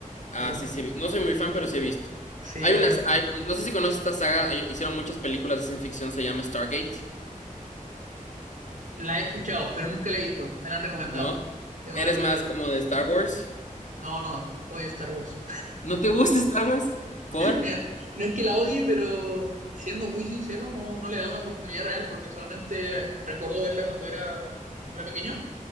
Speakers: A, on the left (about 60°); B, on the right (about 65°).
A: Ah,
B: Muy bueno.
A: sí, sí. vi- No soy muy fan, pero sí he visto.
B: Sí,
A: Hay
B: vale.
A: unas, hay- no sé si conoces esta saga, hay- hicieron muchas películas de ciencia ficción, se llama Stargate,
B: La he escuchado, pero nunca la he visto. Me la han recomendado.
A: ¿no?
B: Tengo
A: ¿Eres
B: ganas de
A: más
B: verla.
A: como de Star Wars?
B: No, no, odio Star Wars.
A: ¿No te gusta Star Wars? ¿Por?
B: Mira, no es que la odie, pero siendo muy sincero, no, no le da una oportunidad real porque solamente recuerdo verla cuando era, cuando era pequeño,